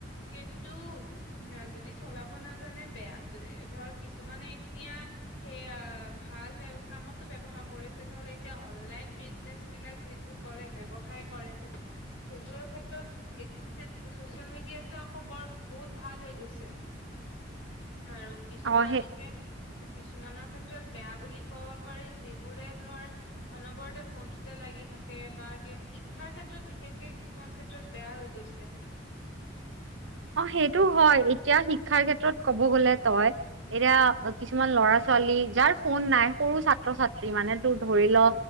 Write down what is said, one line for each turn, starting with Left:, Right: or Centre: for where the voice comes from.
Left: কিন্তু যদি চলাব নাজানে বেয়া ধৰ কিছুমানে এতিয়া সেইয়া ভাল কামতো ব্য্ৱহাৰ কৰিছে ধৰ এতিয়া অনলাইন বিজনেচ বিলাক যিবোৰ কৰে বেৱসায় কৰে কিছুমান সেইবোৰৰ ক্ষেত্ৰত এইটো ছচিয়েল মিডিয়াতটো আকৌ বৰ বহুত ভাল হৈ গৈছে। আৰু কিছুমান
Right: অ' সেই
Left: এতিয়া কিছুমানৰ ক্ষেত্ৰত বেয়া বুলি ক'ব পাৰি যিবোৰে ধৰ অনবৰতে ফোনতে লাগি থাকে বা কিব শ শিক্ষাৰ ক্ষেত্ৰত বিশেষকে কিছুমান ক্ষেত্ৰত বেয়া হৈ গৈছে।
Right: অ, সেইটো হয় এতিয়া শিক্ষাৰ ক্ষেত্ৰত ক'ব গলে তই এতিয়া কিছুমান ল'ৰা ছোৱালী যাৰ ফোন নাই সৰু ছাত্ৰ ছাত্ৰী মানে তোৰ ধৰি ল